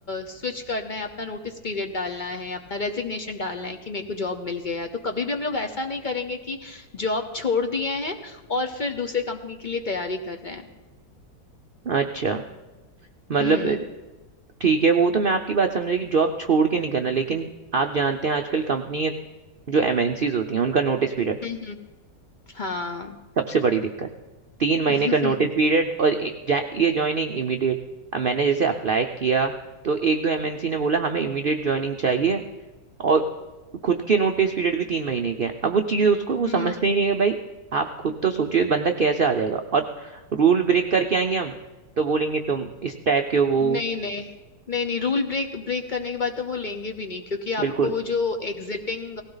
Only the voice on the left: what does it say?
स्विच करना है अपना नोटिस पीरियड डालना है अपना रेजिग्नेशन डालना है कि मेरे को जॉब मिल गया है तो कभी भी हम लोग ऐसा नहीं करेंगे कि जॉब छोड़ दिए हैं और फिर दूसरे कंपनी के लिए तैयारी कर रहे हैं
हम्म
हम्म, हाँ
<laughs>
हम्म हम्म
नहीं नहीं नहीं नहीं रूल ब्रेक ब्रेक करने के बाद तो वो लेंगे भी नहीं क्योंकि
आपको वो जो एग्जिटिंग